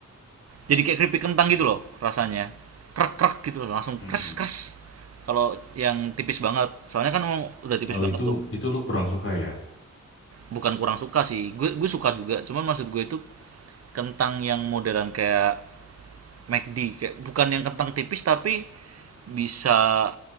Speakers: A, on the right; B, on the left.
A: jadi kayak keripik kentang gitu loh rasanya krek krek gitu loh langsung
B: Mm-mm.
A: kres kres kalau yang tipis banget soalnya kan emang udah tipis
B: Oh
A: banget
B: itu
A: tuh
B: itu lu kurang suka ya?
A: bukan kurang suka sih gue gue suka juga cuman maksud gue itu kentang yang modern kayak McD kayak bukan yang kentang tipis tapi bisa